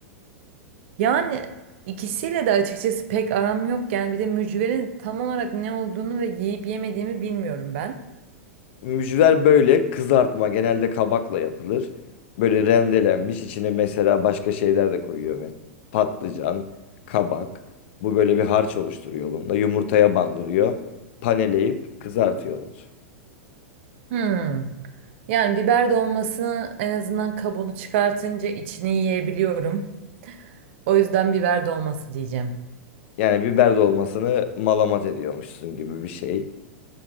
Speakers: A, on the right; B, on the left.
A: Yani ikisiyle de açıkçası pek aram yok. Yani bir de mücverin tam olarak ne olduğunu ve yiyip yemediğimi bilmiyorum ben.
B: Mücver böyle kızartma genelde kabakla yapılır. Böyle rendelenmiş içine mesela başka şeyler de koyuyor. Me- Patlıcan, kabak. Bu böyle bir harç oluşturuyor bununla. Yumurtaya bandırıyor. Paneleyip kızartıyorlar.
A: Hmm. Yani biber dolmasını en azından kabuğunu çıkartınca içini yiyebiliyorum. O yüzden biber dolması diyeceğim.
B: Yani biber dolmasını malamat ediyormuşsun gibi bir şey.